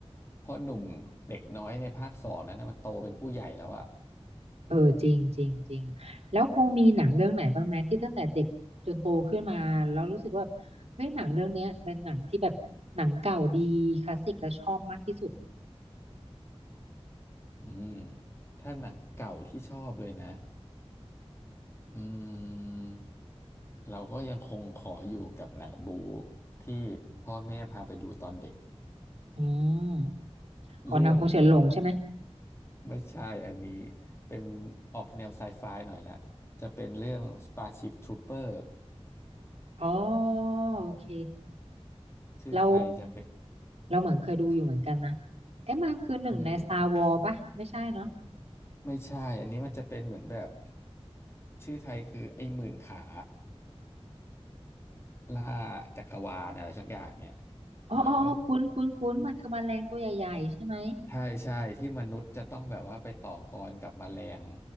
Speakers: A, on the left; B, on the right.
A: พ่อหนุ่มเด็กน้อยในภาคสองนั้นนะมันโตเป็นผู้ใหญ่แล้วอะ
B: เออจริงจริงจริงแล้วพงมีหนังเรื่องไหนบ้างไหมที่ตั้งแต่เด็กจนโตขึ้นมาแล้วรู้สึกว่าแบบเฮ้ยหนังเรื่องเนี้ยเป็นหนังที่แบบหนังเก่าดีคลาสสิกและชอบมากที่สุด
A: อืมถ้าหนังเก่าที่ชอบเลยนะ อืมเราก็ยังคงขออยู่กับหนังบู๊ที่พ่อแม่พาไปดูตอนเด็ก
B: อืมอ๋อหนังคงเฉินหลงใช่ไหม
A: เรื่องไม่ใช่อันนี้เป็นออกแนวไซไฟหน่อยละจะเป็นเรื่อง Starship Trooper
B: อ๋อโอเค
A: ชื่อไทยจะเป็น
B: เราเราเหมือนเคยดูอยู่เหมือนกันนะ
A: ชื่อ
B: เอ๊ะมันคือหนึ่งใน
A: เออ
B: Star Wars ปะไม่ใช่เนาะ
A: ไม่ใช่อันนี้มันจะเป็นเหมือนแบบชื่อไทยคือไอ้หมื่นขาล่าจักรวาลอะไรสักอย่างเนี่ย
B: อ๋ออ๋ออ๋อคุ้นคุ้นคุ้นมันคือแมลงตัวใหญ่ๆใช่ไหม
A: เหมือน ใช่ใช่ที่มนุษย์จะต้องแบบว่าไปต่อกรกับแมลง